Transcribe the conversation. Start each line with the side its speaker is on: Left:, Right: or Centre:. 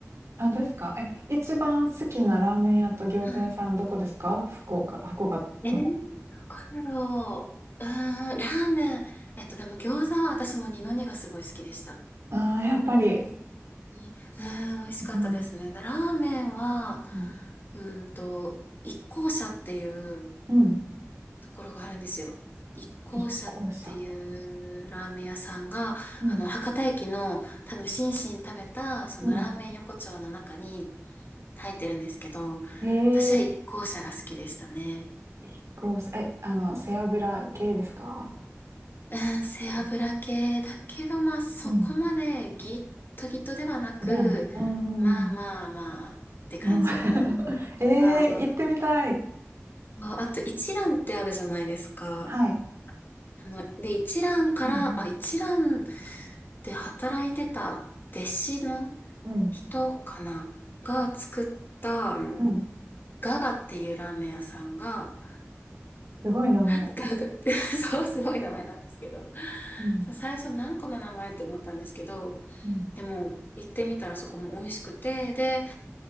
Right: あ、ですかえ、一番好きなラーメン屋と餃子屋さんどこですか福岡、
Left: はい。
Right: 福岡の。
Left: えー、どこだろう。うーん、ラーメン。えっと、でも餃子は私も二の二がすごい好きでした。
Right: ああ、やっぱり。
Left: にうーん、美味しかったですね。
Right: うん。
Left: で、ラーメンは、
Right: うん。
Left: うーんと、一向社っていう
Right: うん
Left: ところがあるんですよ。一向社っていうラーメン屋さんが、
Right: 一向車。うん。
Left: あの、博多駅の多分、心身食べた、そのラーメン横丁の中に
Right: うん。
Left: 入ってるんですけど、
Right: ええ
Left: 私は一向社が好きでしたね。
Right: 一向車。え、あの、背脂系ですか
Left: うん、背脂系だけど、
Right: 一向
Left: まあ、そこまでギットギットではなく、
Right: うん。ではない。うんうんうん。
Left: まあまあまあって感じの、
Right: まあ <laughs> ええ行ってみたい。
Left: まあまあまあ、あと一覧ってあるじゃないですか。
Right: はい。
Left: あの、で、一覧から、
Right: うん
Left: あ、一覧で働いてた弟子の
Right: うん。
Left: 人かなが作った、あの、
Right: うん。うん。
Left: ガガっていうラーメン屋さんが、
Right: すごい名前。
Left: <laughs> ガガって、<laughs> そう、すごい名前なんですけど、
Right: うん。
Left: そう最初何個の名前って思ったんですけど、
Right: うん。
Left: でも、行ってみたらそこも美味しくて、で、